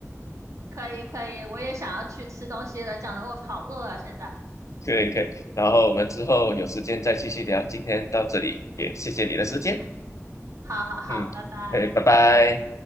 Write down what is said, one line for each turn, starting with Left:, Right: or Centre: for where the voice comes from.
Right: <laughs> 可以可以，我也想要去吃东西了，讲得我好饿啊现在。
Left: 可以可以。然后我们之后有时间再继续聊，今天到这里，也谢谢你的时间，
Right: 嗯，好好好，
Left: 嗯，
Right: 拜拜。
Left: 哎，拜拜。